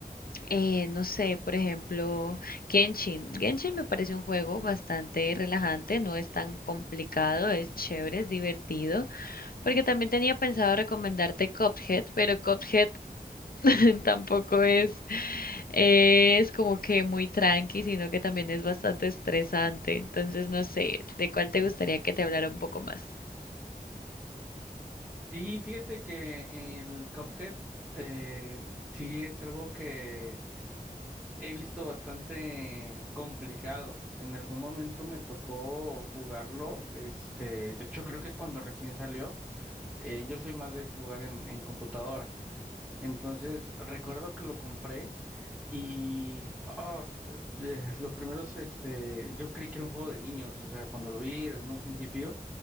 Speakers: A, on the left (about 70°); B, in the centre.
A: Eh, no sé, por ejemplo, Genshin. Genshin me parece un juego bastante relajante, no es tan complicado, es chévere, es divertido, porque también tenía pensado recomendarte Cuphead, pero Cuphead <laughs> tampoco es, es como que muy tranqui, sino que también es bastante estresante. Entonces, no sé, ¿de cuál te gustaría que te hablara un poco más?
B: Y fíjate que el Cuphead eh, sí es algo que he visto bastante complicado. En algún momento me tocó jugarlo, este, de hecho creo que cuando recién salió, eh, yo soy más de jugar en en computadora. Entonces recuerdo que lo compré. Y ah, eh, los primeros, este, yo creí que era un juego de niños, o sea, cuando lo vi en un principio,